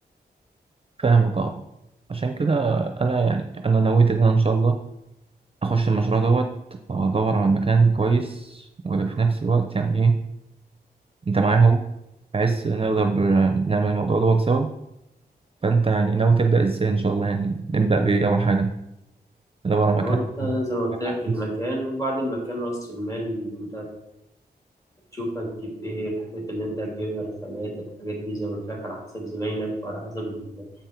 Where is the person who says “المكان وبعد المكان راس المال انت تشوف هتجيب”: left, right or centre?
Left